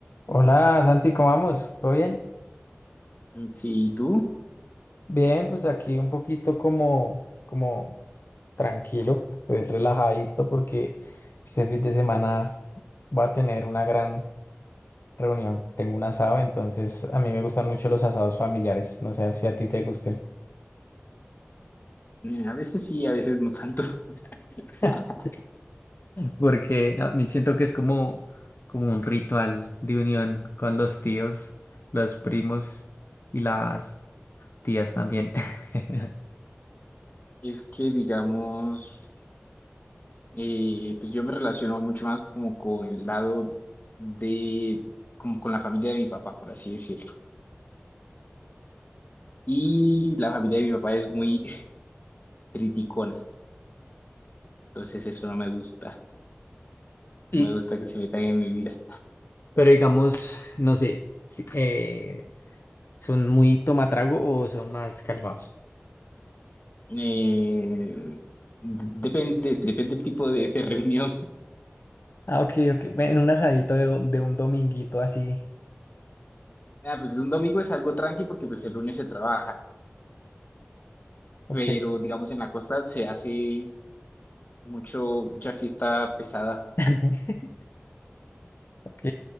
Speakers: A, on the left (about 55°); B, on the left (about 40°).
A: Hola Santi, ¿cómo vamos? ¿Todo bien?
B: Mm, Sí, ¿y tú?
A: Bien, pues aquí un poquito como, como tranquilo, estoy relajadito porque este fin de semana voy a tener una gran reunión. Tengo un asado, entonces a mí me gustan mucho los asados familiares. No sé si a ti te gusten.
B: Eh, a veces sí, a veces no tanto. <laughs>
A: <laughs> Porque a mí siento que es como, como un ritual de unión con los tíos, los primos y las tías también. <laughs>
B: Es que, digamos, eh, pues yo me relaciono mucho más como con el lado de, como con la familia de mi papá, por así decirlo. Y la familia de mi papá es muy <laughs> criticona, entonces eso no me gusta,
A: Y
B: no me gusta que se metan en mi vida.
A: Pero digamos, no sé, si- eh, ¿son muy tomatrago o son más calmados?
B: Eh, d- depende, depende del tipo de, de reunión. <laughs>
A: Ah, ok, ok. Bueno, un asadito de, de un dominguito así.
B: Ah, pues un domingo es algo tranqui porque pues el lunes se trabaja,
A: Ok,
B: pero digamos en la costa se hace mucho, mucha fiesta pesada
A: <laughs> ok.